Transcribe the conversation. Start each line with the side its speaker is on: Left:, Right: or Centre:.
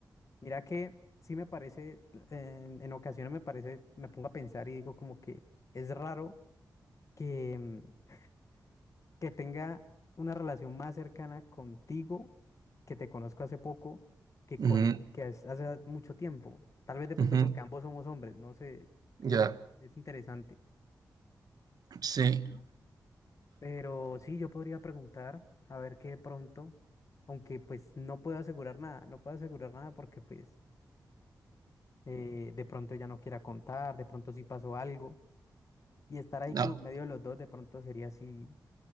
Left: mira que sí me parece, en, en ocasiones me parece, me pongo a pensar y digo como que es raro que... mm, que tenga una relación más cercana contigo, que te conozco hace poco, que
Right: Ujú,
Left: con él, que hace hace mucho tiempo. Tal vez de pronto
Right: ujú.
Left: porque ambos somos hombres, no sé, es,
Right: Ya, yeah.
Left: es interesante.
Right: sí.
Left: Pero sí, yo podría preguntar, a ver qué de pronto, aunque pues no puedo asegurar nada, no puedo asegurar nada porque pues eh, de pronto ella no quiera contar, de pronto sí pasó algo, y estar ahí
Right: No,
Left: como en medio de los dos de pronto sería así